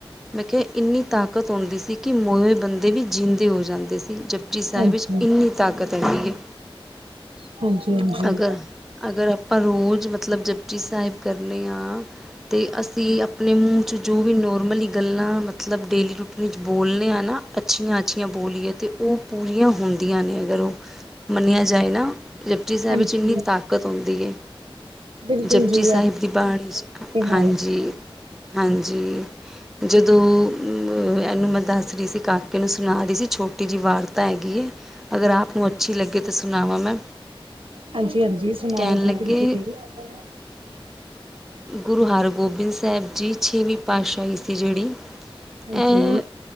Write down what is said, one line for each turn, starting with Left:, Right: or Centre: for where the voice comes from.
Centre: ਮੈਂ ਕਿਹਾ ਇੰਨੀ ਤਾਕਤ ਆਉਂਦੀ ਸੀ ਕਿ ਮੋਏ ਹੋਏ ਬੰਦੇ ਵੀ ਜੀਂਦੇ ਹੋ ਜਾਂਦੇ ਸੀ । ਜਪਜੀ ਸਾਹਿਬ
Right: ਹਾਂਜੀ
Centre: ਵਿੱਚ ਇੰਨੀ ਤਾਕਤ ਹੁੰਦੀ ਏ ।
Right: ਹਾਂਜੀ ਹਾਂਜੀ
Centre: ਅਗਰ, ਅਗਰ ਆਪਾਂ ਰੋਜ਼ ਮਤਲਬ ਜਪ੍ ਜੀ ਸਾਹਿਬ ਕਰਦੇ ਹਾਂ ਅਤੇ ਅਸੀਂ ਆਪਣੇ ਮੂੰਹ 'ਚ ਜੋ ਵੀ ਨੋਰਮਲੀ ਗੱਲਾਂ ਮਤਲਬ ਡੇਲੀ ਰੂਟੀਨ ਵਿੱਚ ਬੋਲਦੇ ਹਾਂ ਨਾ ਅੱਛੀਆਂ ਅੱਛੀਆਂ ਬੋਲੀਏ, ਤੇ ਉਹ ਪੂਰੀਆਂ ਹੁੰਦੀਆਂ ਨੇ, ਅਗਰ ਉਹ ਮੰਨਿਆ ਜਾਏ ਨਾ, ਜਪਜੀ ਸਾਹਿਬ
Right: ਹਾਂਜੀ
Centre: ਵਿੱਚ ਇੰਨੀ ਤਾਕਤ ਹੁੰਦੀ ਏ।
Right: ਬਿਲਕੁਲ
Centre: ਜਪਜੀ
Right: ਜੀ
Centre: ਸਾਹਿਬ
Right: ਇਹ
Centre: ਦੀ ਬਾਣੀ ਚ,
Right: ਤੇ
Centre: ਹਾਂਜੀ।
Right: ਹੈ ਹੀ
Centre: ਹਾਂਜੀ, ਜਦੋਂ ਇਹਨੂੰ ਮੈਂ ਦੱਸ ਰਹੀ ਸੀ ਕਾ ਕੇ ਨੂੰ ਸੁਣਾ ਰਹੀ ਸੀ। ਛੋਟੀ ਜਿਹੀ ਵਾਰਤਾ ਹੈਗੀ ਏ। ਅਗਰ ਆਪ ਨੂੰ ਅੱਛੀ ਲੱਗੇ ਤੇ ਸੁਣਾਵਾਂ ਮੈਂ।
Right: ਹਾਂਜੀ-ਹਾਂਜੀ, ਸੁਣਾਓ
Centre: ਕਹਿਣ
Right: ਜੀ,
Centre: ਲੱਗੇ
Right: ਬਿਲਕੁਲ ਜੀ ।
Centre: ਗੁਰੂ ਹਰਗੋਬਿੰਦ ਸਾਹਿਬ ਜੀ, ਛੇਵੀਂ ਪਾਤਸ਼ਾਹੀ ਸੀ ਜਿਹੜੀ
Right: ਹਾਂਜੀ
Centre: ਇਹ